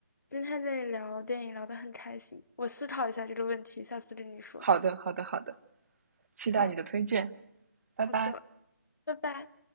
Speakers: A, on the left (about 70°); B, on the right (about 50°).
A: 今天这里聊电影聊得很开心，我思考一下这个问题，下次跟你说。
B: 好的，好的，好的，期待你的推荐。
A: 好
B: 拜拜。
A: 好的，拜拜。